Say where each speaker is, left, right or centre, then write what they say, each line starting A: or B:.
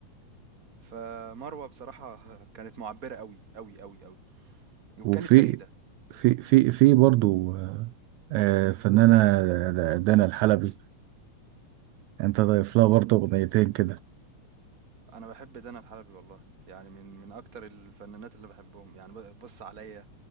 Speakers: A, on the right; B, on the right.
A: فمروة بصراحة <laughs> كانت معبرة قوي قوي قوي قوي
B: <laughs>
A: وكانت
B: وفي
A: فريدة
B: في في في برضو آه، آه، فنانة آه، دانا الحلبي انت ضايف لها برضو أغنيتين كده
A: انا بحب دانا الحلبي والله يعني من من اكتر الفنانات اللي بحبهم يعني ب- بص عليا